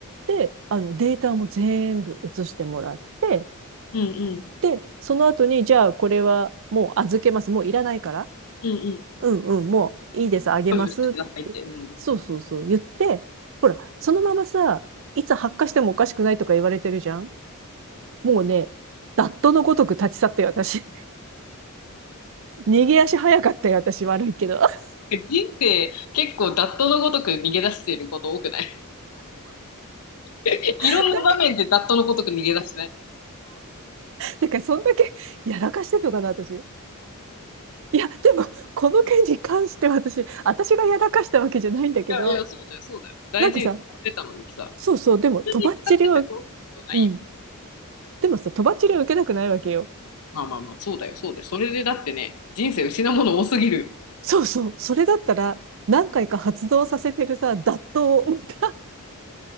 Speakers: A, on the right; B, on the left.
A: で、あの、データも全部移してもらって、
B: うんうん。
A: で、その後に、じゃあ、これはもう預けます。もういらないから。
B: うんうん。
A: うんうん、もういいです。あげます。
B: 処分してくださいって。
A: って。
B: うんうん。
A: そうそうそう、言って、ほら、そのままさ、いつ発火してもおかしくないとか言われてるじゃんもうね、ダットのごとく立ち去って私。<laughs> 逃げ足早かったよ、私。悪いけど。<laughs> だか
B: 人生、結構、ダットのごとく逃げ出してること多くない <laughs> いろんな場面でダットのごとく逃げ出してない
A: ら、だからそんだけやらかしてんのかな、私。いや、でも、この件に関して私、私がやらかしたわけじゃないんだけど、
B: いやいや、そうだよ、そうだよ。大事に使ってたのにさ。
A: なんかさ、そうそう、でも、
B: 普通に使っててそういうことない。
A: とばっちりは、うん。でもさ、とばっちりは受けたくないわけよ。
B: まあまあまあ、そうだよ、そうだよ。それでだってね、人生失うもの多すぎる。
A: そうそう、それだったら、何回か発動させてるさ、脱刀を、また